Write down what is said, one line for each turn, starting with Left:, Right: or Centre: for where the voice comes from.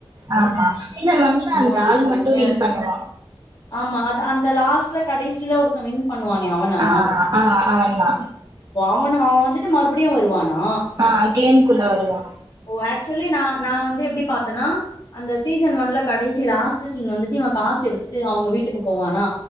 Right: ஆமா சீசன் ஒன்ல அந்த
Left: அப்டியே
Right: ஆள்
Left: கொடுமையா
Right: மட்டு வின்
Left: இருக்கு
Right: பண்ணுவா
Left: ஆமா அது அந்த லாஸ்ட்ல கடைசியில ஒருத்த வின் பண்ணுவானே அவனா
Right: ஆ ஆ அவந்தா
Left: மோனோ வந்துட்டு மறுபடியு வரு வானா
Right: ஆ கேம்குள்ள வருவா
Left: ஓ ஆக்சுலி நா நா வந்து எப்டி பாத்தனா அந்த சீசன் ஒன்ல கடைசில லாஸ்ட் சீன் வந்து இவ காசு எடுத்து தா அவங்க வீட்டுக்கு போவானா